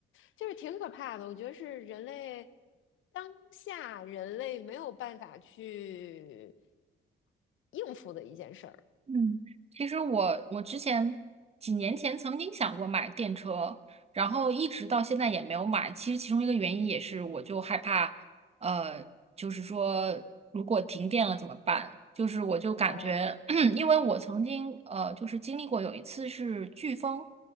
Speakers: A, on the left; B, on the right.
A: 就是挺可怕的。我觉得是人类当下人类没有办法去应付的一件事儿
B: 嗯，其实我我之前几年前曾经想过买电车，然后一直到现在也没有买。其实其中一个原因也是，我就害怕，呃，就是说如果停电了怎么办？就是我就感觉，
A: 哦
B: <clears throat> 因为我曾经呃就是经历过有一次是飓风，